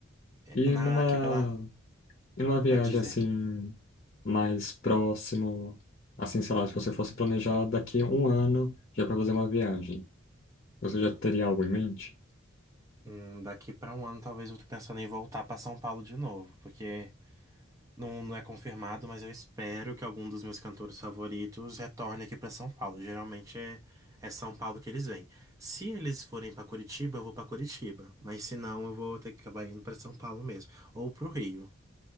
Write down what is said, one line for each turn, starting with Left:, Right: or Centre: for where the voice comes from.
Right: É,
Left: E
Right: Na,
Left: numa
Right: aqui pela,
Left: E numa viagem
Right: pode dizer,
Left: assim, mais próximo, assim, sei lá, se você fosse planejar daqui a um ano já para fazer uma viagem, você já teria algo em mente?
Right: hum, daqui pra um ano talvez eu tô pensando em voltar pra São Paulo de novo, porque Não, não é confirmado, mas eu espero que algum dos meus cantores favoritos retorne aqui pra São Paulo. Geralmente é, é São Paulo que eles vêm. Se eles forem pra Curitiba, eu vou pra Curitiba. Mas se não, eu vou ter que acabar indo pra São Paulo mesmo. Ou pro Rio.